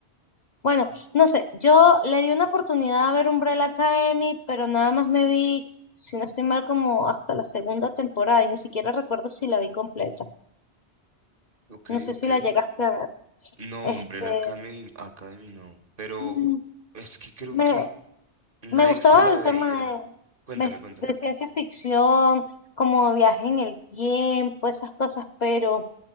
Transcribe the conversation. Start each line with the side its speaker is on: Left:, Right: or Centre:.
Left: bueno, no sé, yo le di una oportunidad a ver Umbrella Academy, pero nada más me vi, si no estoy mal, como hasta la segunda temporada y ni siquiera recuerdo si la vi completa.
Right: Ok,
Left: No sé
Right: ok.
Left: si la llegaste a ver.
Right: No,
Left: Este,
Right: hombre, la Academy, Academy no. Pero
Left: mm,
Right: es que creo
Left: me,
Right: que una
Left: me gustaba
Right: ex se la
Left: el
Right: veía.
Left: tema de,
Right: Cuéntame,
Left: me-
Right: cuéntame.
Left: de ciencia ficción, como viaje en el tiempo, esas cosas, pero